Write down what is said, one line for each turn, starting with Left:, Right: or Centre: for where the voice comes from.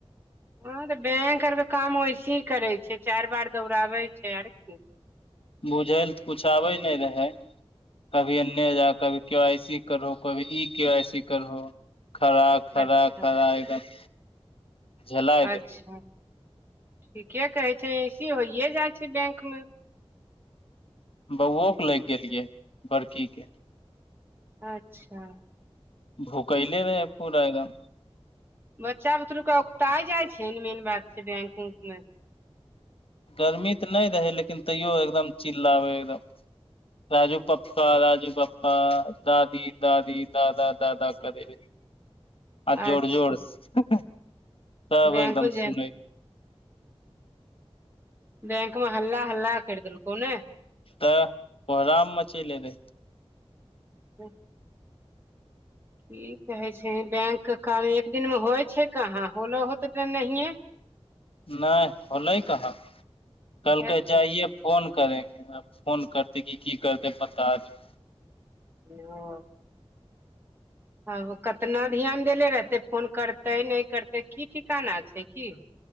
Right: हँं तऽ बैंक आरके काम वैसे ही करै छै चारि बार दौड़ाबै छै आर की
Left: बुझैलए तऽ किछु आबै नहि रहै कभी एन्ने जा कभी के वाइ सी करहो कभी ई के आइ सी करहो खराक खरा
Right: अच्छा
Left: खरा एकदम झेलाय
Right: अच्छा
Left: देलकै
Right: ठीके कहै छै ऐसे होइए जाइ छै बैंक मे
Left: बौओके लाग गेलियै बड़कीके
Right: अच्छा
Left: भूखैले रहै पूरा एकदम
Right: बच्चा बुतरुके औगता जाइ छै ने मेन बात छै बैंक मे
Left: गरमी तऽ नहि रहै लेकिन तैयो एकदम चिललाबै एकदम राजू पप्पा राजू पप्पा दादी दादी दादा दादा करे आ
Right: अच्छा
Left: जोर जोर सब
Right: बैंक
Left: एकदम
Right: मे जे
Left: सुनै
Right: बैंक में हल्ला हल्ला करि देलको ने
Left: तऽ कोहराम चले रहे
Right: तऽ ई कहे छै बैंक के काम एक दिन मे होइ छै कहाँ होलो होत त नहिये
Left: नहि होलै कहाँ कलकै
Right: हेतौ
Left: जाइयए फोन करेंगे फोन करते क की करते पता नहि
Right: ह <inaudible> ह कतना ध्यान देले रहतै फोन करतै नहि करतै की ठिकाना छै की